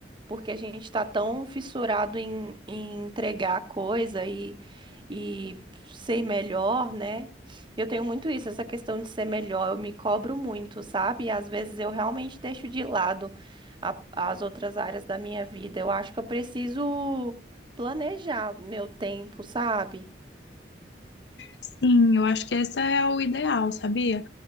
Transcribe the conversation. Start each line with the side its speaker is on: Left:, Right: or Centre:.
Right: Porque a gente tá tão fissurado em, em entregar coisa e, e ser melhor, né? Eu tenho muito isso, essa questão de ser melhor. Eu me cobro muito, sabe? E às vezes eu realmente deixo de lado a- as outras áreas da minha vida. Eu acho que eu preciso planejar meu tempo, sabe?
Left: Sim, eu acho que esse é o ideal, sabia?